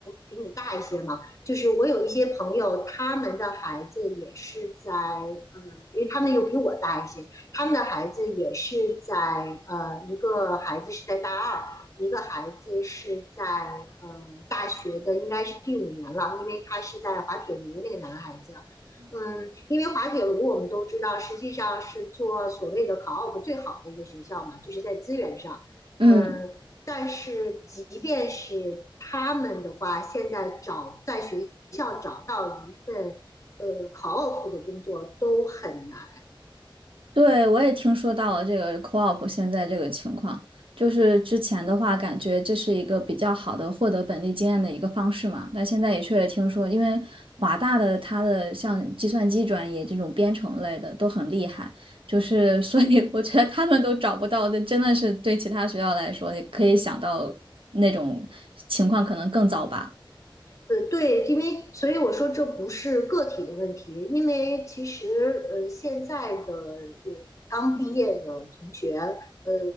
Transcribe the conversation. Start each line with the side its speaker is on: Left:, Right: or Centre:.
Left: 比你大一些嘛，就是我有一些朋友，他们的孩子也是在，嗯，因为他们又比我大一些。他们的孩子也是在呃，一个孩子是在大二，一个孩子是在呃大学的，应该是第五年了，因为他是在滑铁卢那个男孩子。嗯，因为滑铁卢我们都知道，实际上是做所谓的考 op 最好的一个学校嘛，就是在资源上。
Right: 嗯。
Left: 嗯，但是即便是他们的话，现在找在学校找到一份呃考 op 的工作都很难。
Right: 对，我也听说到了这个 co-op 现在这个情况，就是之前的话，感觉这是一个比较好的获得本地经验的一个方式嘛。但现在也确实听说，因为华大的它的像计算机专业这种编程类的都很厉害，就是所以我觉得他们都找不到，这真的是对其他学校来说，你可以想到那种情况可能更糟吧。
Left: 呃，对，因为所以我说这不是个体的问题，因为其实呃现在的呃刚毕业的同学，呃